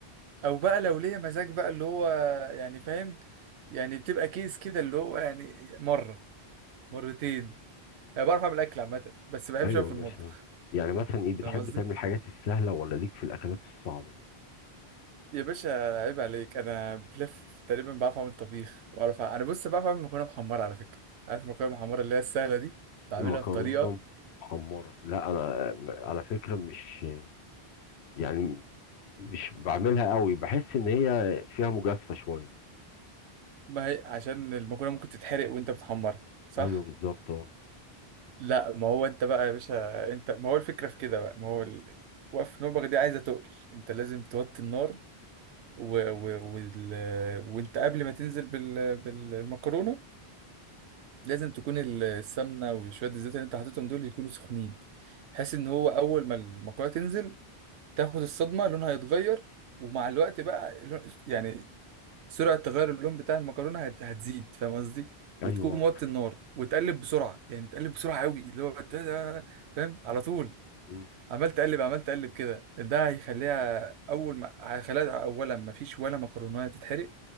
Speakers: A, on the right; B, on the left.
A: او بقى لو ليا مزاج بقى اللي هو يعني فاهم يعني بتبقى كيس كده اللي هو يعني مره مرتين انا بعرف اعمل اكل عامه بس ما بحبش
B: ايوه
A: اقف في
B: مثلا
A: المطبخ
B: يعني مثلا ايه بتحب
A: فاهم قصدي
B: تعمل الحاجات السهله ولا ليك في الاكلات الصعبه
A: يا باشا عيب عليك انا بلف تقريبا بعرف اعمل طبيخ واعرف أع- انا بص بعرف اعمل مكرونه محمره على فكره عارف المكرونه المحمره اللي هي السهله دي بعملها
B: مكرونه
A: بطريقه
B: محمره لا انا م- على فكره مش يعني مش بعملها قوي بحس ان هي فيها مجازفه شويه
A: ما هي عشان المكرونه ممكن تتحرق وانت بتحمرها صح
B: ايوه بالظبط اه
A: لا ما هو انت بقى يا باشا انت ما هو الفكره في كده بقى ما هو ال... وقف نوبك دي عايزه تقل انت لازم توطي النار و... و... وال... وانت قبل ما تنزل بال... بالمكرونه لازم تكون ال- السمنه وشويه الزيت اللي انت حاططهم دول يكونوا سخنين بحيث ان هو اول ما المكرونه تنزل تاخد الصدمه لونها يتغير ومع الوقت بقى لون... يعني سرعة تغير اللون بتاع المكرونة هت- هتزيد فاهم قصدي وتكون
B: ايوه
A: موطي النار وتقلب بسرعة يعني تقلب بسرعة قوي اللي هو ت- ت- فاهم على طول
B: مم.
A: عمال تقلب عمال تقلب كده ده هيخليها أول ما هيخليها أولا ما فيش ولا مكرونة تتحرق